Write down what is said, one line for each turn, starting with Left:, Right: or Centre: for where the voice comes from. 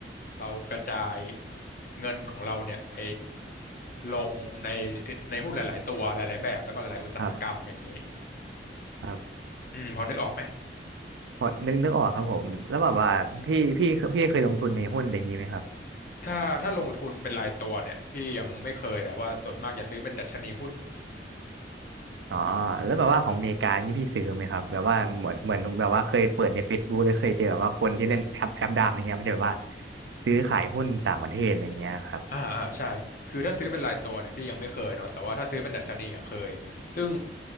Left: เรากระจายเงินของเราเนี่ยไปลงในในหุ้นหลายๆตัวหลายๆแบบแล้วก็หลายๆอุตสาหกรรมอย่างนี้
Right: ครับครับ
Left: อืมพอนึกออกไหม
Right: พอนึกนึกออกครับผมแล้วแบบว่าพี่พี่พี่เคยลงทุนในหุ้นอะไรอย่างนี้ไหมครับ
Left: ถ้าถ้าลงทุนเป็นรายตัวเนี่ยพี่ยังไม่เคยแต่ว่าส่วนมากจะซื้อเป็นดัชนีหุ้น
Right: อ๋อแล้วแบบว่าของอเมริกานี่พี่ซื้อไหมครับแบบว่าเหมือนเหมือนแบบว่าเคยเปิดใน Facebook หรือเคยเจอแบบว่าคนที่เล่นแอปแอปดามอย่างเงี้ยมันจะแบบว่าซื้อขายหุ้นต่างประเทศอะไรเงี้ยครับ
Left: อ่าอ่าใช่คือถ้าซื้อเป็นรายตัวเนี่ยพี่ยังไม่เคยเนาะแต่ว่าถ้าซื้อเป็นดัชนีอะเคยซึ่ง